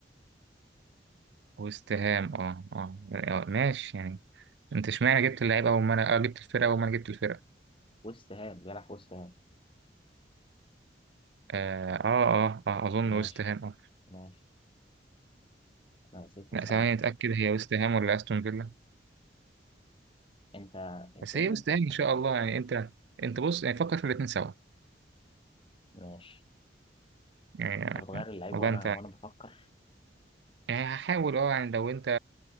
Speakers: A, on the right; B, on the left.
A: وسام اه اه آه، ماشي يعني انت اشمعنى جبت اللعيبه اول ما انا اه جبت الفرقه اول ما انا جبت الفرقه
B: ويست هام بيلعب في ويست هام
A: اه اه, آه, آه اظن
B: ماشي
A: وست هام
B: خلاص
A: اه
B: ماشي انا نسيت اسال
A: لا ثواني
B: عنك
A: اتاكد
B: نسيت.
A: هي وست هام ولا استون فيلا
B: انت انت
A: بس
B: ايه
A: هي
B: اللي
A: بس
B: انت عارفه؟
A: يعني ان شاء الله يعني انت انت بص يعني فكر في الاتنين سوا
B: ماشي
A: يعني
B: انت بتغير اللعيب
A: والله
B: وانا
A: انت
B: وانا بفكر
A: يعني هحاول اه يعني لو انت